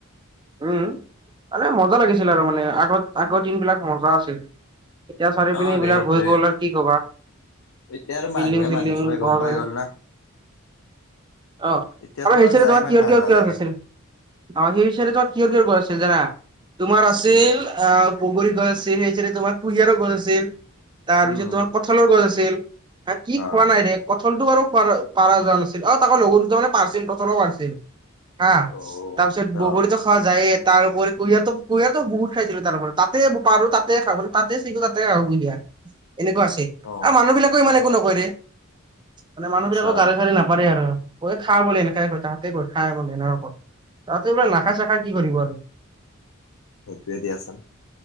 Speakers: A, on the right (about 20°); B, on the left (about 75°).
A: উম মানে মজা লাগিছিল আৰু মানে আগত আগৰ দিনবিলাক মজা আছিল। এতিয়া চাৰিওপিনে
B: অ
A: এইবিলাক
B: দে সেইটোৱে
A: হৈ গল আৰু কি কবা?
B: এতিয়া আৰু মানুহে
A: বিল্ডিং - চিল্ডিং
B: মানুহ চবে
A: ঘৰ
B: গম পাই
A: বনাই
B: গ'ল না
A: অ আমাৰ
B: এতিয়া
A: হেইচাইতে
B: যাই
A: তোমাৰ
B: ইমান
A: কিহৰ
B: ভাল
A: কিহৰ
B: নালাগে
A: কিয় আছিল? অ সেই চাইডে তোমাৰ কিহৰ কিহৰ ঘৰ আছিল জানা? তোমাৰ আছিল
B: কি হ'ল
A: আ বুগৰী গছ আছিল, সেই চাইডে তোমাৰ কুহিয়াৰ গছ আছিল, তাৰপিছত
B: উম
A: তোমাৰ কঁঠালৰ গছ আছিল হে কি
B: অ
A: খোৱা নাই ৰে? কঁঠালটো বাৰু খোৱা, পাৰা যোৱা নাছিল আৰু তাকো, লগৰ দুজনে পাৰিছিল, কঁঠালো পাৰিছিল।
B: অ
A: তাৰপিছত, বগৰীটো
B: অ
A: খোৱা যায়ে। তাৰোপৰি, কুঁহিয়াৰটো, কুঁহিয়াৰটো বহুত খাইছিলোঁ, তাৰপৰা। তাতে পাৰোঁ, তাতে খাওঁ। তাতে চিকলা তাতে আৰু বুই দিয়া। এনেকুৱা আছে
B: অ
A: আৰু মানু বিলাকো ইমান
B: অ
A: একো
B: অ
A: নকয় ৰে মানে মানুহবিলাকৰ
B: আচ্ছা
A: গাৰে চাৰে নাপ পাৰে আৰু কয় খা বোলে এনেকাই কয় তাহাঁতে কয় খা বলে এনেকাই কয়। তহঁতে, এইবিলাক নাখাই -চাখাই কি, কৰিব আৰু?
B: সেইটোয়ে দিয়াচোন